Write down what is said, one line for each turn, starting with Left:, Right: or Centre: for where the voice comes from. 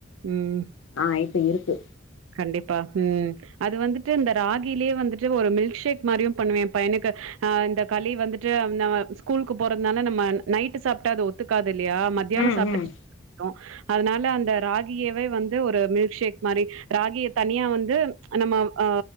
Right: ம்.
Left: ஆஹ் இப்ப இருக்கு
Right: கண்டிப்பா ம் அது வந்துட்டு இந்த ராகிலயே வந்துட்டு ஒரு மில்க் ஷேக் மாதிரியும் பண்ணுவேன் என் பையனுக்கு அஹ் இந்த களி வந்துட்டு அந்த ஸ்கூலுக்கு போறதுனால நம்ம நைட்டு சாப்பிட்டா அது ஒத்துக்காது இல்லையா மத்தியானம்
Left: ம்
Right: சாப்பிட்டு
Left: ம்
Right: இரு அதனால அந்த ராகியவே வந்து ஒரு மில்க்ஷேக் மாதிரி ராகிய தனியா வந்து நம்ம ஆ